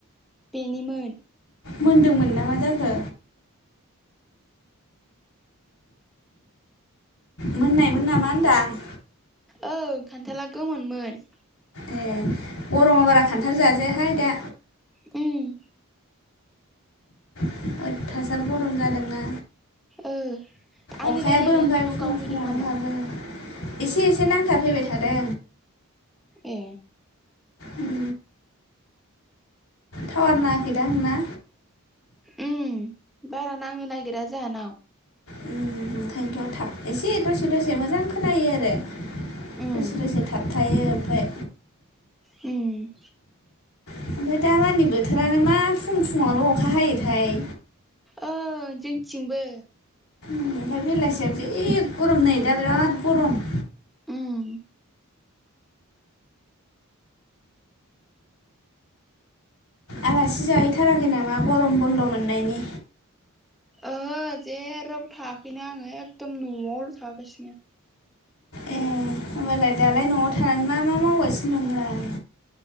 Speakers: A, in the centre; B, on the left (about 80°).
A: बेनिमोन
B: मोन्दोंमोन ना मा जाखो मोननायमोन नामा होनदां।
A: ओं खान्थाला गोमोनमोन।
B: ए गरमाव बारा खान्थाल जाजायाहाय दा।
A: उम।
B: अयथासार गरम जादोंना।
A: ओ आंनि
B: अखायाबो
A: रायलायनाया
B: ओमफाय
A: नोंनाव
B: फुं
A: गावहैदों
B: फुङावनो
A: नामा
B: हाबो। एसे एसे नांथाफैबाय थादों।
A: ए
B: उम टावार नाङाखैदां ना
A: उम बारा नांनो नागिरा जाहानाव
B: उम ओंखायनोथ' थाब एसे दसे दसे मोजां खोनायो आरो।
A: उम
B: दसे दसे थाबथायो ओमफाय
A: उम
B: ओमफ्राय दा मानि बोथोरानो मा फुं फुुंङावल' अखा हायोथाय
A: ओं जोंथिंबो
B: उम ओमफ्राय बेलासियाव जि गरम नै दा बिराद गरम
A: उम
B: आलासि जाहैथाराखै नामा गरम बन्द' मोननायनि?
A: ओहो जेरावबो थाङाखैनो आङो एखदम न'आवल' थागासिनो
B: ए होमबालाय दालाय न'आव थानानै मा मा मावगासिनो दं नोंलाय?